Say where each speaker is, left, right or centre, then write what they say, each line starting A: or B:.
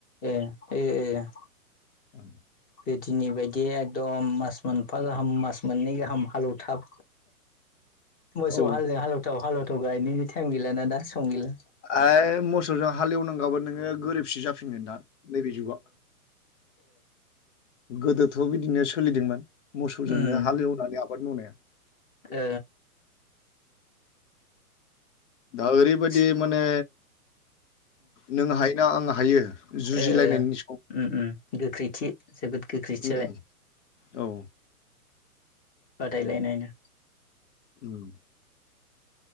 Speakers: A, on the left (about 20°); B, on the left (about 50°).
A: ए' ए' ए'।
B: <inaudible>
A: गोदोनि बायदि एकदम मास मोनफा गाहाम मास मोननै गाहाम हालेवथाब मोसौ
B: औ
A: हालजौ हालेवथाब हालेवथाब गायनायनि टाइम गैलाना दा। सम गैला
B: एइ मोसौजों हालेवनांगौबा नोङो गोरिबसो जाफिनगोनदा नैबे जुगा गोदोथ' बिदिनो सोलिदोंमोन मोसौजोंनो
A: ओ उम
B: हालेवनानै आबाद मावनाया।
A: ओ।
B: दा ओरै
A: उम
B: बादि माने नों हायोना आं हायो
A: ओ
B: जुजिलायनायनि
A: ओ ओम ओम गोख्रैथि जोबोद गोख्रैथि
B: ओम
A: जाबाय
B: औ।
A: बादायलायनायनो।
B: ओम।